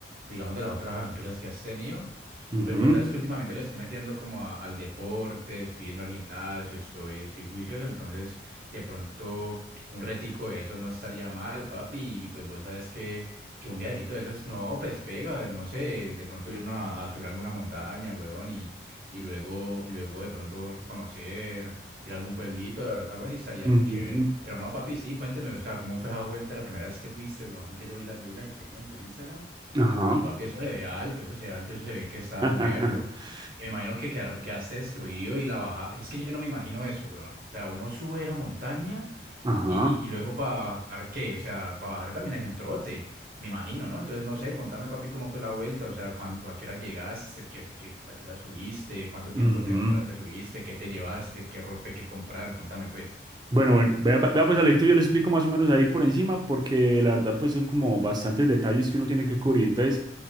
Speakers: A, on the right; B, on the right.
A: digamos, de las otras aventuras que has tenido.
B: Ujú,
A: Y pues vos sabes que últimamente le estoy metiendo como a- al deporte, estoy yendo al gimnasio, estoy, estoy juicioso, entonces de pronto un retico de eso no estaría mal, papi, y pues vos sabes que, que un viajecito de esos, no, pues pega, no sé, de pronto irnos a, a subir a alguna montaña, huevón, y luego, y luego de pronto conocer, ir a algún pueblito, al- algo así estaría
B: ujú,
A: chévere. Pero no, papi, sí, cuénteme, o sea, ¿cómo fue esa vuelta la primera vez que fuiste, weón? Que yo vi la, yo vi las historias en tu Instagram
B: Ajá.
A: y papi, eso se ve alto, eso se ve alto, eso se ve que estás
B: <laughs>
A: muerto. Y me imagino que quedar- quedaste destruido y la baja. Y es que yo no me imagino eso, weón. O sea, uno sube esa montaña.
B: Ajá.
A: Y, y luego para bajar, ¿qué? O sea, para bajar también es un trote, me imagino, ¿no? Entonces, no sé, contame, papi, cómo fue la vuelta, o sea, cuán- a qué hora llegaste, ¿Qué- qué- a qué hora subiste, cuánto
B: ujú.
A: tiempo te demoraste, subiste, qué te llevaste, qué ropa hay que comprar, contame, pues.
B: Bueno, bueno, vea, vea pues Alejito, yo le explico más o menos ahí por encima, porque la verdad pues son como bastantes detalles que uno tiene que cubrir. Entonces,